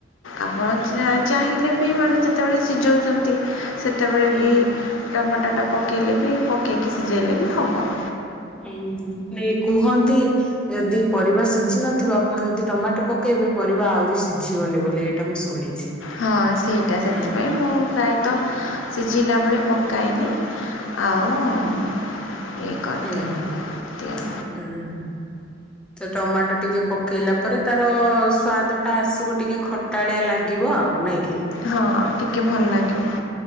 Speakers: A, on the left; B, in the centre.
A: ଆପଣ ଚା ଚାହିଁଲେ ବି ମାନେ ଯେତେବେଳେ ସିଜଉଚନ୍ତି ସେ ସେତେବେଳେ
B: ହୁଁ
A: ବି
B: ହୁଁ।
A: ଟମାଟୋଟା ପକାଇଲେ ବି ପକେଇକି ସିଜେଇଲେ ବି ହବ।
B: ହୁଁ-ହୁଁ ନେ କୁହନ୍ତି। ଯଦି ପରିବା ସିଝି ନଥିବ ଆପଣ ଯଦି ଟମାଟୋ ପକେଇବେ ପରିବା ଆହୁରି ସିଝିବନି ବୋଲି ଏ ଏଟା ମୁଁ ଶୁଣିଛି।
A: ହଁ ସେଇଟା
B: ହୁଁ
A: ସେଥିପାଇଁ ମୁଁ ପ୍ରାୟ ତ ସିଜିଲା ବେଳେ ପକାଏନି। ଆଉ ଇଏ କ
B: ହୁଁ-ହୁଁ।
A: ତିଆ
B: ହୁଁ ହୁଁ। ସେ ଟମାଟୋ ଟିକେ ପକେଇଲା ପରେ ତାର ସ୍ଵାଦ ଟା ଆସିବ ଟିକେ ଖଟାଳିଆ ଲାଗ ଗିବ ଆଉ ନେଇକି
A: ହଁ ଟିକେ ଭଲ ଲାଗିବ